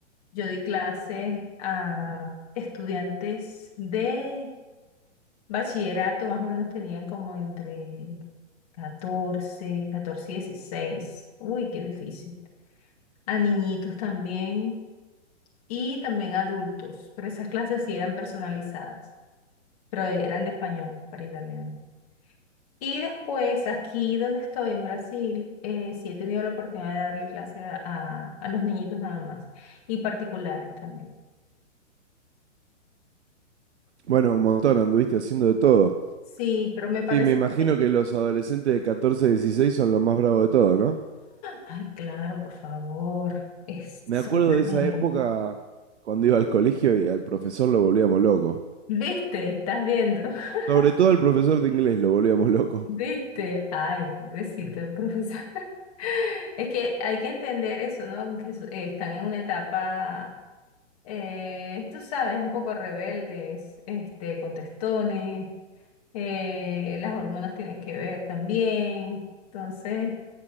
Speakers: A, on the left; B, on the right.
A: yo di clases a estudiantes de bachillerato, más o menos tenían como entre catorce, catorce y 16. Uy, qué difícil. A niñitos también. y también adultos, pero esas clases sí eran personalizadas, pero eran de español para italiano. Y después, aquí donde estoy, en Brasil, eh, sí he tenido la oportunidad de darle clase a, a- a los niñitos nada más y particulares también.
B: Bueno, un montón, anduviste haciendo de todo.
A: Sí, pero me parece...
B: Sí, me imagino que los adolescentes de 14 16 son los más bravos de todo, ¿no?
A: Ay, claro, por favor, es,
B: Me
A: son
B: acuerdo
A: tremendos.
B: de esa época cuando iba al colegio y al profesor lo volvíamos loco.
A: ¿Viste? ¿Estás viendo? <laughs>
B: Sobre todo el profesor de inglés lo volvíamos loco.
A: ¿Viste? Ay, pobrecito el profesor. <laughs> Es que hay que entender eso, ¿no? Que su- eh, están en una etapa eh, tú sabes, un poco rebeldes, este, contestones, eh, las hormonas tienen que ver también. Entonces,